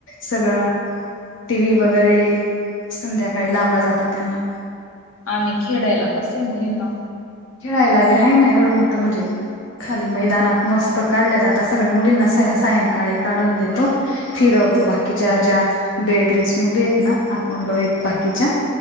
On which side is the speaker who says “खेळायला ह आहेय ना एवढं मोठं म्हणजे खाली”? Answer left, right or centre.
Left